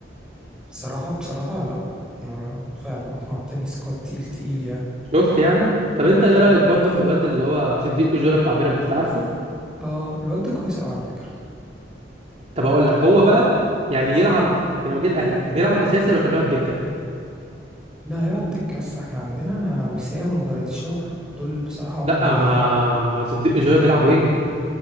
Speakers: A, in the centre; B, on the right.
A: بصراحة بصراحة لأ آه، فعلا أقنعتني سكواد تقيل تقيل يعني
B: شفت يعني طب انت ايه رايك برضو في الواد اللي هو صديق اجولا بتاع بيراميدز عارفه
A: اه الواد ده كويس أوي على فكرة
B: طب اقول لك هو بقى يعني يلعب يعني لو جه الاهلي كان يلعب اساسي ولا كان يقعد دكه
A: ده هيقعد دكة بس احنا عندنا وسام وجراديشار دول بصراحة هما
B: لا
A: اللي
B: ما
A: يلعبوا
B: ما صديق اجولا بيلعب وينج